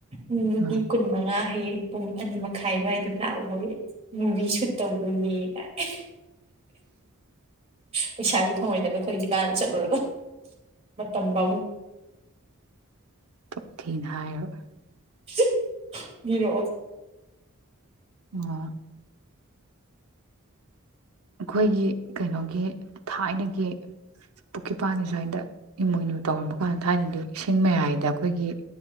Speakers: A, on the right; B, on the right.
A: ꯎ ꯅꯨꯄꯤ
B: ꯑꯥ
A: ꯀꯨꯟꯃꯉꯥ ꯍꯌꯦ ꯄꯨꯡ ꯑꯅꯤ ꯃꯈꯥꯏ ꯑꯗꯨꯋꯥꯏꯗ ꯂꯥꯛꯑꯣ ꯍꯣꯏ ꯃꯨꯚꯤ ꯁꯨꯠ ꯇꯧꯗꯣꯏꯅꯦ ꯀꯥꯏ <inaudible> ꯄꯩꯁꯥꯁꯨ ꯐꯪꯉꯣꯏꯗꯕꯗ ꯀꯔꯤ ꯀꯥꯅ ꯆꯠꯂꯨꯔꯒ ꯃꯇꯝ ꯄꯥꯝꯃꯨꯏ꯫
B: ꯇ ꯊꯤꯅ ꯍꯥꯏꯔꯕ
A: <unintelligible> ꯃꯤꯔꯛꯑꯣ
B: ꯑ ꯑꯩꯈꯣꯏꯒꯤ ꯀꯩꯅꯣꯒꯤ ꯊꯥꯏꯅꯒꯤ ꯄꯨꯈ꯭ꯔꯤꯄꯥꯟꯒꯤ ꯁ꯭ꯋꯥꯏꯗ ꯏꯃꯣꯏꯅꯨ ꯇꯧꯔꯝꯕ ꯀꯥꯟꯗ ꯊꯥꯏꯅꯗꯤ ꯏꯁꯤꯡ ꯃꯌꯥꯏꯗ ꯑꯩꯈꯣꯏꯒꯤ